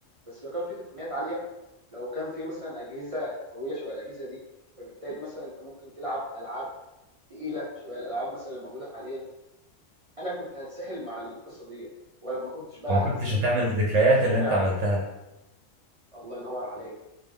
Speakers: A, on the right (about 45°); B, on the right (about 70°).
A: بس لو كان في تقنيات عاليه لو كان في مثلا اجهزه قويه شبه الاجهزه دي فبالتالي مثلا انت ممكن تلعب العاب تقيله شبه الالعاب مثلا اللي موجوده حاليا انا كنت هتسحل مع القصه دي وما كنتش بقى
B: وما كنتش
A: هنزل
B: هتعمل الذكريات
A: الشارع
B: اللي انت عملتها دي.
A: الله ينور عليك